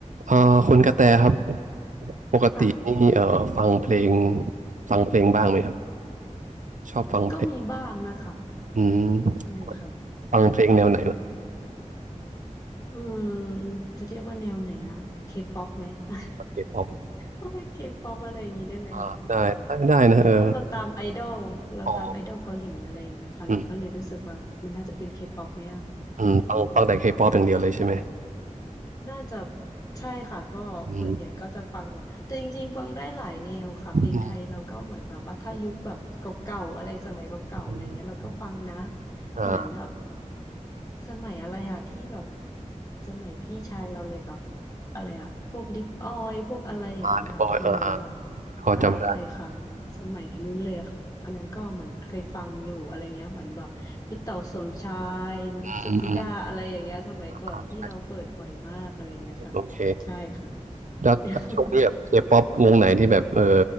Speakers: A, on the right; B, on the left.
A: เอ่อคุณกระแตครับปกตินี่เอ่อฟังเพลง
B: ค่ะ
A: ฟังเพลงบ้างไหมครับชอบฟังเพลง
B: ก็มีบ้างนะคะ
A: อืม
B: ใช่ค่ะ
A: ฟังเพลงแนวไหนล่ะ
B: อืมอืมจะเรียกว่าแนวไหนอะเคป๊อปไหม <laughs>
A: เคป๊อป
B: ก็เป็นเคป๊อปอะไรอย่างนี้ได้ไหมคะแบบ
A: อ่าได้ได้ได้นะเออ
B: เพราะเราตามไอดอลเราตามไอดอลเกาหลีอะไรอย่างเงี้ยค่ะเราก็เลยรู้สึกว่ามันน่าจะเป็นเคป๊อปไหมอะ
A: อ๋ออืมอืมฟังฟังแต่เคป๊อปอย่างเดียวเลยใช่ไหม
B: น่าจะใช่ค่ะก็ส่วนใหญ่ก็จะฟังแบบแต่จริงๆฟังได้หลายแนวค่ะเพลงไทยเราก็เหมือนแบบว่าถ้ายุคแบบเก่าๆอะไรสมัยเก่าๆอะไรเงี้ยเราก็ฟังนะ
A: อืมอืมอืมอ่า
B: เหมือนแบบสมัยอะไรอะที่แบบสมัยพี่ชายเราเลยแบบอะไรอะพวกลิปออยพวกอะไรอย่างนั้นอะคือเหมือนแบบ
A: อ่าเดบอยอ่าอ่าพอจำได้
B: ใช่ค่ะมันสมัยนู้นเลยอะค่ะอันนั้นก็เหมือนเคยฟังอยู่อะไรเงี้ยเหมือนแบบพี่เต๋าสมชายนุกสุทธิดาอะไรอย่างเงี้ยสมัยก่อนพี่เราเปิดบ่อยมากอะไรเงี้ยค่ะใช่ค่ะ
A: อืมอืมอ่าใช่โอเคแล้วช่วงนี้แบบเคป๊อปวงไหนที่แบบเออ
B: <laughs>